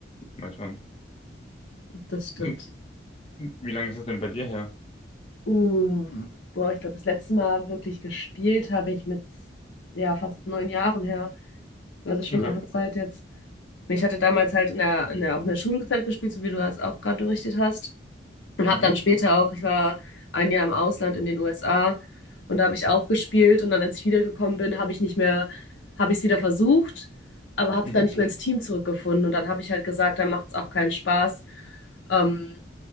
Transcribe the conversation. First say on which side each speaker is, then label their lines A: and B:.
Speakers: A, on the left (about 30°); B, on the left (about 75°).
A: mal schauen.
B: das stimmt.
A: Und wie lange ist es denn bei dir her?
B: Um, boah, ich glaube, das letzte Mal wirklich gespielt habe ich mit ja fast neun Jahren her. Also schon
A: Okay.
B: auch eine Zeit jetzt. Ich hatte damals halt in der, in der, auch in der Schulzeit gespielt, so wie du das auch gerade berichtet hast. Und
A: Mhm.
B: habe dann später auch, ich war ein Jahr im Ausland in den USA und da habe ich auch gespielt. Und dann, als ich wiedergekommen bin, habe ich nicht mehr, habe ich es wieder versucht, aber habe
A: Mhm.
B: dann nicht mehr ins Team zurückgefunden. Und dann habe ich halt gesagt, dann macht es auch keinen Spaß. Ähm,